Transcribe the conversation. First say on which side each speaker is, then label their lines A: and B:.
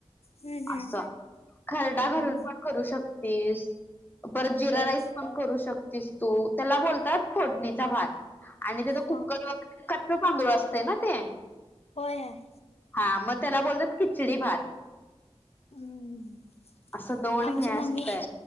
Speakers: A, on the left; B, on the left.
A: हम्म हम्म
B: असा खरडा घालून
A: हम्म
B: पण करू शकतेस. परत जिरा
A: होय
B: राईस पण करू शकतीस तू त्याला बोलतात फोटणीचा भात. जे कुकर
A: हा
B: वगैरे <unintelligible> चांगलं असते ना ते.
A: होय हाय
B: हा म त्याला बोलतात किचडी भात.
A: हम्म
B: असं दोन
A: आमची
B: हे
A: मम्मी
B: असतंय.